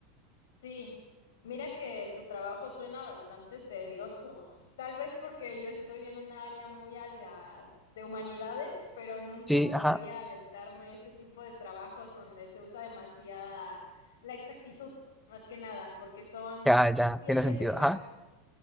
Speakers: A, on the left; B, in the centre.
A: Sí, mira que tu trabajo suena bastante tedioso, tal vez porque yo estoy en un área muy a las de humanidades, pero nunca
B: Sí,
A: podría
B: ajá.
A: aventarme ese tipo de trabajos donde se usa demasiada la exactitud, más que nada, porque son
B: Ya, ya,
A: ciencias
B: tiene sentido,
A: exactas.
B: ajá.